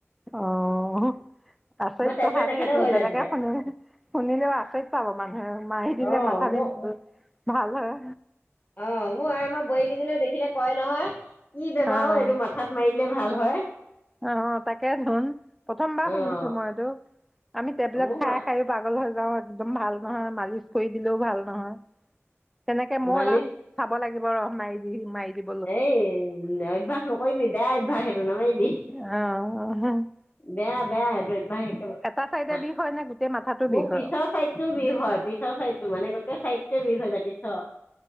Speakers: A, in the centre; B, on the left (about 35°).
A: অ হ আচৰিত
B: মই টেবলেট
A: কথা
B: নাখালেও
A: দেই তোৰ
B: হৈ
A: বেলেগে
B: যায় তেতিয়া
A: শুনিলে শুনিলেও আচৰিত পাব মানুহে মাৰি দিলে
B: অঁ
A: মাথা
B: মোৰ
A: দিম ভাল হে।
B: অ মোৰ এ আমাৰ বোৱাৰীকেইজক দেখিলে কয় নহয় কি বেমাৰো
A: অ',
B: ও এইটো মা থাত মাৰি দিলে ভাল হয়।
A: অ তাকে ধুন প্ৰথমবাৰ
B: অঁ
A: শুনিছো মই এইটো আমি টেবলেট
B: মোৰ
A: খাই
B: মা
A: খাইয়ো পাগল হৈ যাওঁ একদম ভাল নহয় মালিচ কৰি দিলেও ভাল নহয় তেনেকে মই
B: মালিচ
A: এবাৰ চাব লাগিব ৰহ মাৰি দি মাৰি দি
B: 'সেই অ অভ্যাস নকৰিবি, বেয়া অভ্যাস সেইটো নামাৰিবি। '
A: অ হে হে
B: বেয়া, বেয়া, এইটো অভ্যাস একেবাৰে
A: এটা চাইডে
B: বেয়া।
A: বিষ হয় নে গোটেই মাথাটো
B: মোৰ
A: বিষ
B: পিছৰ
A: হয়?
B: চাইড টো বিষ হয়। পিছৰ চাইডটো, মানে গোটেই চাইডটোৱে বিষ হৈ যায়। পিছৰ